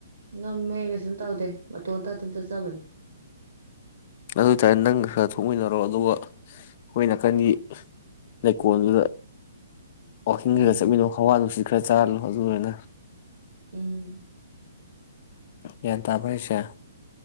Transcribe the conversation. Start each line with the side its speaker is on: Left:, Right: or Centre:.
Right: ꯉꯝꯃꯦ ꯀꯩꯁꯨꯝ ꯇꯧꯗꯦ ꯃꯇꯣꯟꯇ ꯑꯗꯨꯝ ꯆꯠꯆꯕꯅꯤ
Left: ꯑꯗꯨ ꯇꯔ ꯅꯪꯒ ꯈꯔ ꯈꯔ ꯊꯣꯛꯃꯤꯟꯅꯔꯣ ꯑꯗꯨꯒ ꯑꯩꯈꯣꯏ ꯅꯥꯀꯟꯒꯤ ꯂꯩꯀꯣꯜꯗꯨꯗ ꯋꯥꯛꯀꯤꯡ
Right: ꯎꯝ
Left: ꯈꯔ ꯆꯠꯃꯤꯟꯅꯧ ꯍꯋꯥ ꯅꯨꯡꯁꯤꯠ ꯈꯔ ꯆꯥꯍꯜꯂꯣ ꯑꯗꯨꯑꯣꯏꯔꯅ
Right: ꯎꯝ
Left: ꯒ꯭ꯌꯥꯟ ꯇꯕꯔꯥ ꯑꯩꯁꯦ